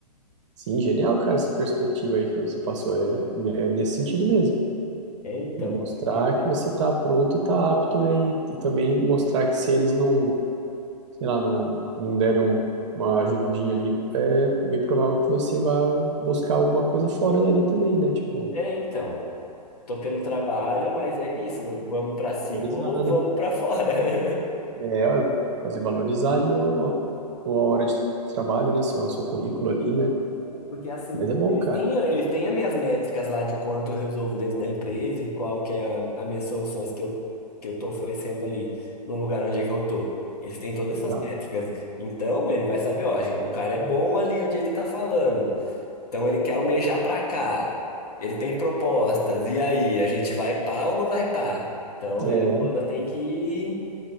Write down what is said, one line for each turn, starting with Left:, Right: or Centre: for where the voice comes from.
Right: Sim, genial, cara, essa perspectiva aí que você passou. É, é nesse sentido mesmo,
Left: É então,
Right: de mostrar
Left: porque-
Right: que você está pronto e está apto, né? E, e também mostrar que se eles não, sei lá, não, não derem um- uma ajudinha ali, é bem provável que você vá buscar alguma coisa fora dali também, né? Tipo,
Left: é então, tô pelo trabalho, mas é isso, vamos para cima
Right: valorizar,
Left: ou
Right: né?
Left: vamos para fora. <laughs>
Right: É, fazer valorizar ali o, o- a hora de trabalho, né? Seu, seu currículo ali, né?
Left: Porque assim,
Right: Mas é bom,
Left: eles
Right: cara.
Left: têm, eles têm as minhas métricas lá de quanto eu resolvo dentro da empresa e qual que é a, as minhas soluções que eu, que eu tô oferecendo ali no lugar onde é que eu tô. Eles têm todas
Right: Exato.
Left: essas métricas. Então, ele vai saber, ó, gente, o cara é bom ali onde ele tá falando. Então, ele quer almejar pra cá. Ele tem propostas. E aí, a gente vai pá ou não vai pá? Então,
Right: É,
Left: é, agora tem que,